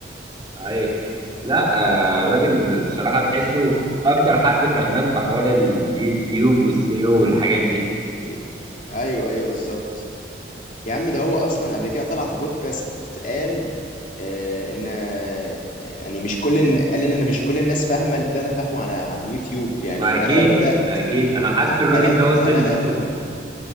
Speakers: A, on the right (about 25°); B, on the left (about 45°).
A: اي لا آه، راجل بصراحة تحسه اكتر حد فهمان في حوار اليوتيوب والسيو والحاجات دي
B: في... ايوه ايوه بالظبط يا عم ده هو اصلا قبل كده طلع في بودكاست قال آه ان آه، يعني مش كل الن- قال ان انا مش كل الناس فاهمه اللي انا فاهمه على عن يوتيوب يعني
A: ما اكيد
B: انا لو بدات
A: اكيد انا حاسس الراجل
B: قال أنا-
A: ده وصل
B: قال
A: للتوب
B: انا